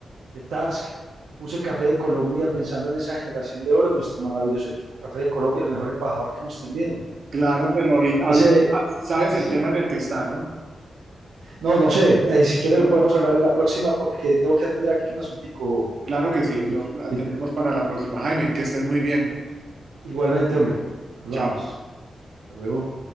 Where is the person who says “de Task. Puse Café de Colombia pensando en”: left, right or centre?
Right